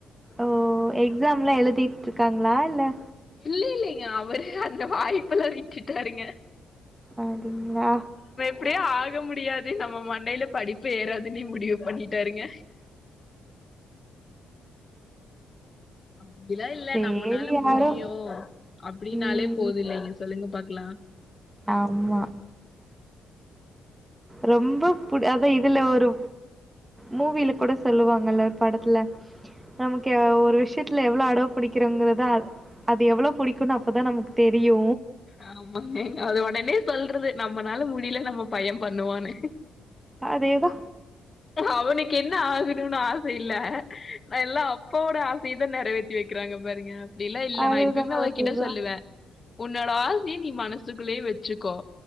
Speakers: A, on the right; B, on the left.
A: ஓ எக்ஸாம்லா எழுதிட்ருக்காங்ளா இல்ல
B: இல்லில்லிங்க அவரு அந்த வாய்ப்பெல்லா விட்டுட்டாருங்க
A: அடிங்ளா
B: அப்டியே ஆக முடியாது நம்ம மண்டைல படிப்பு ஏறாதுன்னே முடிவு பண்ணிட்டாருங்க அப்டிலா இல்ல
A: சேரி
B: நம்மனால
A: யாரோ
B: முடியு அப்டின்னாலே
A: ம்
B: போது இல்லைங்க சொல்லுங்க பாக்கலா
A: ஆமா ரொம்ப புடி அதா இதுல ஒரு மூவில கூட சொல்லுவாங்கல்ல ஒரு படத்துல நமக்கு ஒரு விஷ்யத்துல எவ்ளோ அட புடிக்றோங்கிறதா அது அது எவ்வளோ புடிக்கும்னு அப்பதா நமக்கு தெரியு
B: ஆமாங்க அது ஒடனே சொல்றது நம்மனால முடியல நம்ம பைய பண்ணுவான்னு
A: அதேதா
B: அவனுக்கு என்ன ஆகணும்னு ஆச இல்ல நான் எல்லா அப்பாவோட ஆசயதான் நிறைவேத்தி வைக்கிறாங்க பாருங்க அப்டிலாம் இல்ல
A: அதுதா
B: நான் எப்பயுமே அவர்கிட்ட
A: அதுதா
B: சொல்லுவே உன்னோட ஆசய நீ மனசுக்குள்ளேயே வச்சுக்கோ